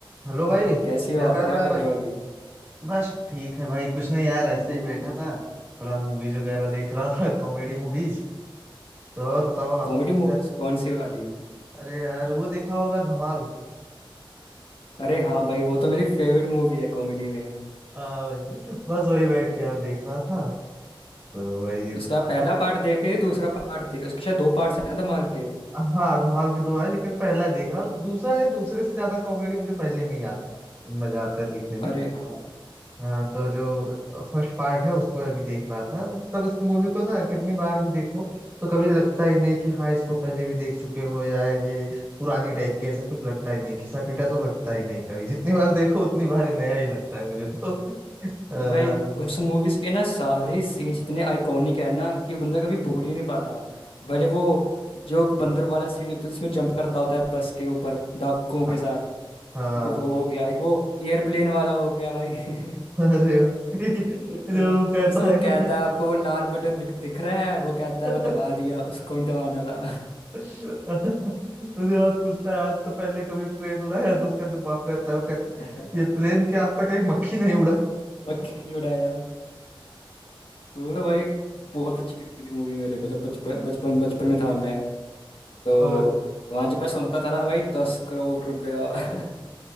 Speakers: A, on the right; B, on the left.
A: Hello भाई
B: ये
A: क्या
B: कैसी हो आप
A: कर
B: क्या
A: रहा
B: कर
A: है भाई
B: रहे हो अभी
A: बस ठीक है भाई कुछ नहीं यार ऐसे ही बैठा था थोड़ा मूवीज वगैरह देख रहा था <laughs> कॉमेडी मूवीज तो और बताओ आप
B: कॉमेडी मूवीज
A: क्या-
B: कौन सी वाली
A: अरे यार वो देखा होगा धमाल
B: अरे हाँ भाई वो तो मेरी फेवरेट मूवी है कॉमेडी में
A: हाँ भाई बस वही बैठ के यार देख रहा था तो वही
B: उसका पहला पार्ट देखे दूसरा पार्ट देखे उसके शायद दो पार्ट्स हैं ना धमाल के
A: हाँ धमाल के दो है लेकिन पहला है देख रहा हूँ दूसरा है दूसरे से ज्यादा कॉमेडी मुझे पहले में ही आता मजा आता है देखने में
B: अरे हाँ
A: हाँ तो जो फर्स्ट पार्ट है उसको अभी देख रहा था तब इस मूवी को ना कितनी बार भी देखो तो कभी लगता ही नहीं कि हाँ इसको पहले भी देख चुके हो या ये पुरानी टाइप की ऐसा कुछ लगता ही नहीं घिसा पीटा तो लगता ही नहीं कभी जितनी बार देखो उतनी बार ही नया ही लगता है मुझे तो आ,
B: अरे भाई उस मूवीज के ना सारे सीन्स इतने आइकॉनिक है ना कि बंदा कभी भूल ही नहीं पाता भले वो जो बंदर वाला सीन होता है जिसमें जंप करता होता है बस के ऊपर डाकुओं के
A: हाँ
B: साथ
A: हाँ
B: एक वो हो गया एक वो एयरप्लेन वाला हो गया भाई <laughs>
A: अरे भाई,
B: अ,
A: जो वो कहता
B: जिसमें वो
A: है
B: कहता
A: कि
B: है आपको वो लाल बटन दिख दिख रहा है वो कहता
A: <laughs>
B: है मैं दबा दिया उसको नहीं दबाना था
A: उसके बाद पूछता है आज से पहले कभी प्लेन उड़ाया तो उसका जो बाप रहता है वो कहता
B: <laughs>
A: है ये प्लेन के आज तक एक मक्खी नहीं उड़ा
B: मक्खी नहीं उड़ाया वो तो भाई बहुत अच्छी लगती थी मूवी मेरे को जब बचपन बचपन बचपन में था मैं तो
A: अ, <laughs>
B: वहां जब मैं सुनता था ना भाई दस करोड़ रुपया <laughs>